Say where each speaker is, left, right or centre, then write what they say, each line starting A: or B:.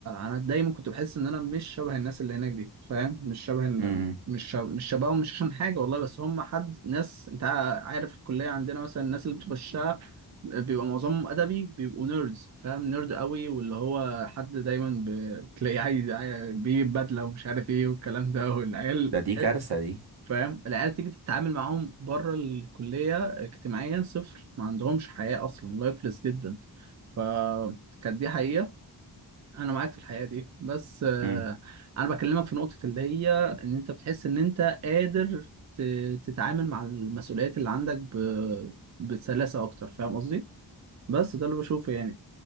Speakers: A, on the right; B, on the right.
A: انا دايما كنت بحس ان انا مش شبه الناس اللي هناك دي فاهم مش شبه ال-
B: امم
A: مش شبه مش شبههم مش عشان حاجه والله بس هم حد ناس انت عارف الكليه عندنا مثلا الناس اللي بتخشها بيبقى معظمهم ادبي بيبقوا نيردز فاهم نيرد قوي واللي هو حد دايما ب- تلاقيه عايز عاي- بيجيب بدله ومش عارف ايه والكلام ده والعيال
B: ده دي
A: تح-
B: كارثة دي
A: فاهم العيال تيجي تتعامل معاهم بره الكليه اجتماعيا صفر ما عندهمش حياه اصلا لايفلس جدا ف كانت دي حقيقة انا معاك في الحقيقه دي بس آه،
B: امم
A: انا بكلمك في نقطه اللي هي ان انت بتحس ان انت قادر ت- تتعامل مع المسؤوليات اللي عندك ب- بسلاسه اكتر فاهم قصدي بس ده اللي بشوفه يعني